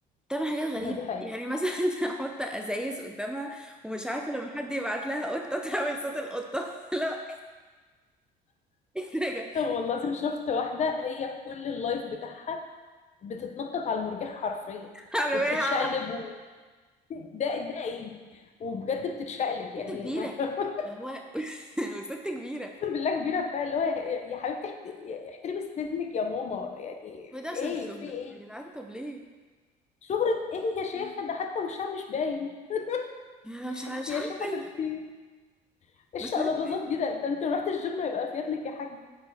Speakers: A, in the centre; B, on the left (about 40°).
A: تعمل حاجات غريبة
B: ما هو دي حقيقة
A: يعني مثلا <laughs> تحط ازايز قدامها ومش عارفة لما حد يبعت لها قطة تعمل صوت القطة <laughs> لا ايه ده يا
B: طب والله العظيم شفت واحدة هي كل اللايف بتاعها بتتنطط على المرجح حرفيا
A: جماعة
B: وبتتشقلب و... <laughs> ده ده ايه وبجد بتتشقلب يعني
A: ست كبيرة
B: <laughs>
A: اللي هو <laughs> وست كبيرة
B: اقسم بالله كبيره فيها اللي هو يا يا حبيبتي احت- احترمي سنك يا ماما يعني
A: هو ده عشان
B: ايه
A: الشهرة
B: في ايه
A: يا جدعان طب ليه؟
B: شهرة ايه يا شيخة ده حتى وشها مش باين
A: يعني انا
B: <laughs>
A: مش عارفة
B: انت
A: مش
B: يا شيخة
A: عارفة
B: ده انت
A: إيه.
B: ايه الشقلباظات
A: مش عارفة
B: دي ده, ده انت لو رحت الجيم هيبقى فيات لك يا حاج